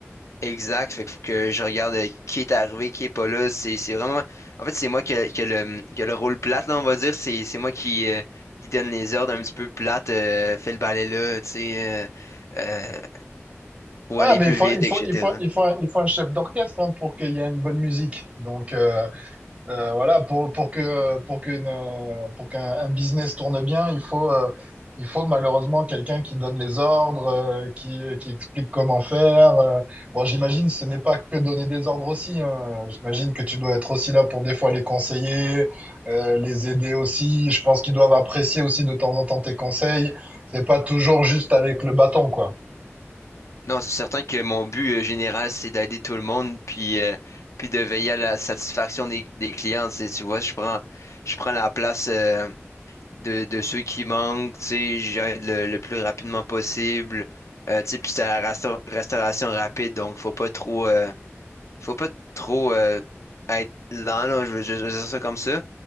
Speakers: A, on the left; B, on the right.
A: exact. Fait qu'il faut que je regarde euh, qui est arrivé, qui est pas là. C'est, c'est vraiment. En fait, c'est moi qui a, qui a le, qui a le rôle plate là, on va dire. C'est, c'est moi qui, euh, qui donne les ordres un petit peu plates. euh, fais le balai là, tu sais, euh, euh, faut
B: Ah,
A: aller
B: mais
A: plus
B: il faut,
A: vite,
B: il faut,
A: etc.
B: il faut, il faut, il faut un chef d'orchestre hein, pour qu'il y ait une bonne musique. Donc euh, euh, voilà, pour, pour que, pour que, euh, pour qu'un un business tourne bien, il faut, euh, il faut malheureusement quelqu'un qui donne les ordres, euh, qui, qui explique comment faire. euh. Bon, j'imagine ce n'est pas que donner des ordres aussi. hein. J'imagine que tu dois être aussi là pour des fois les conseiller, euh, les aider aussi. Je pense qu'ils doivent apprécier aussi de temps en temps tes conseils. C'est pas toujours juste avec le bâton, quoi.
A: Non, c'est certain que mon but euh, général, c'est d'aider tout le monde, puis, euh, puis de veiller à la satisfaction des, des clients. Tu sais, tu vois, je prends, je prends la place euh, de, de ceux qui manquent, tu sais, j'aide le, le plus rapidement possible. Euh, tu sais, puis c'est la resta- restauration rapide, donc faut pas trop, euh, faut pas trop euh, être lent, là, je veux, je veux dire ça comme ça.